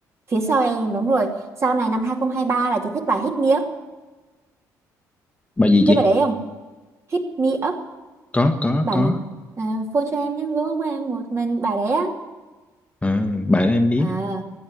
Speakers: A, on the right (about 35°); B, on the left (about 15°).
A: phía sau em đúng rồi sau này năm 2023 là chị thích bài Hit Me Up
B: bài gì
A: biết
B: chị
A: bài đấy không Hit Me Up
B: có có
A: bài
B: có
A: mà à, phone cho em những gỗ của em một mình bài đấy á
B: à, bài đó em biết
A: à